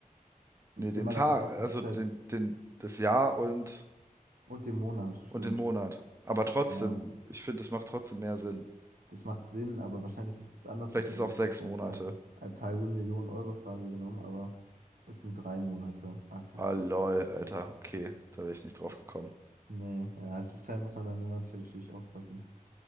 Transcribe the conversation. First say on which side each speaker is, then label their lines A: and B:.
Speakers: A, on the right (about 80°); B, on the right (about 20°).
A: ich
B: Nee,
A: gehe
B: den
A: mal
B: Tag,
A: davon aus, das
B: also
A: ist
B: den,
A: halt
B: den, das Jahr und,
A: und den Monat, stimmt.
B: und den Monat. Aber trotzdem,
A: Ja.
B: ich finde, es macht trotzdem mehr Sinn.
A: Das macht Sinn, aber wahrscheinlich ist es anders,
B: Vielleicht
A: sonst
B: ist
A: hätten
B: auch
A: die
B: sechs
A: das nicht als,
B: Monate.
A: hal- als halbe Million Euro Frage genommen, aber es sind drei Monate. Ah, krass.
B: Ah, lol, Alter. Okay, da wäre ich nicht drauf gekommen.
A: Nee, ja, es ist halt, muss man dann immer natürlich aufpassen.